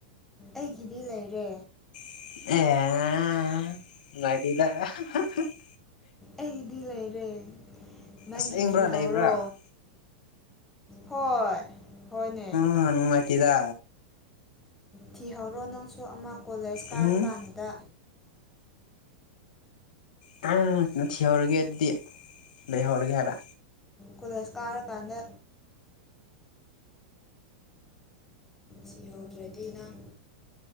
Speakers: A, in the centre; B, on the left.
A: ꯑꯩꯒꯤꯗꯤ ꯂꯩꯔꯦ
B: ꯑꯦ ꯅꯨꯡꯉꯥꯏꯇꯦꯗꯥ
A: ꯑꯩꯒꯤꯗꯤ ꯂꯩꯔꯦ ꯅꯪꯒꯤ
B: ꯑꯁꯦꯡꯕ꯭ꯔꯥ
A: <unintelligible>
B: ꯂꯩꯕ꯭ꯔꯥ
A: ꯍꯥꯏꯔꯣ ꯍꯣꯏ ꯍꯣꯏꯅꯦ
B: ꯅꯨꯡꯉꯥꯏꯇꯦꯗꯥ
A: ꯊꯤꯍꯧꯔꯣ ꯅꯪꯁꯨ ꯑꯃ ꯀꯣꯂꯦꯖ ꯀꯥꯔꯥ
B: ꯎꯝ
A: ꯀꯥꯟꯗꯨꯗ
B: ꯇꯜ ꯊꯤꯍꯧꯔꯒꯦ ꯑꯗꯨꯗꯤ ꯂꯩꯍꯧꯔꯒꯦ ꯍꯥꯏꯕ
A: ꯀꯣꯂꯦꯖ ꯀꯥꯔꯀꯥꯟꯗ ꯁꯤꯍꯧꯗ꯭ꯔꯗꯤ ꯅꯪ